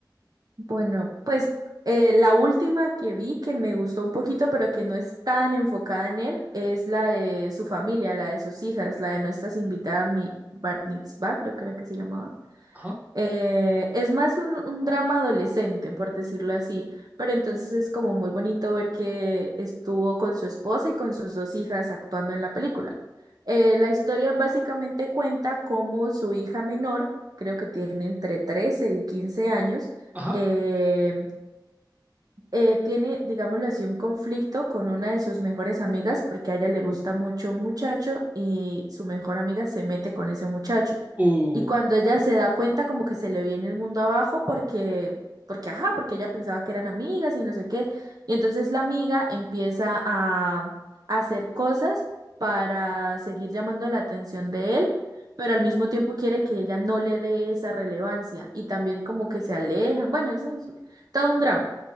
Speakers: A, on the right; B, on the right.
A: Bueno, pues eh, la última que vi que me gustó un poquito, pero que no es tan enfocada en él, es la de su familia, la de sus hijas, la de nuestras invitadas, mi Bar Mitzvah, creo que era que se llamaba.
B: Ajá,
A: Eh, es más un, un drama adolescente, por decirlo así, pero entonces es como muy bonito ver que estuvo con su esposa y con sus dos hijas actuando en la película. Eh, la historia básicamente cuenta cómo su hija menor, creo que tiene entre 13 y 15 años,
B: ajá,
A: eh, eh, tiene, digámoslo así, un conflicto con una de sus mejores amigas porque a ella le gusta mucho un muchacho y su mejor amiga se mete con ese muchacho.
B: uh,
A: Y cuando ella se da cuenta como que se le viene el mundo abajo porque, porque, ajá, porque ella pensaba que eran amigas y no sé qué. Y entonces la amiga empieza a, a hacer cosas para seguir llamando la atención de él. pero al mismo tiempo quiere que ella no le dé esa relevancia y también como que se alejan. Bueno, eso es todo un drama.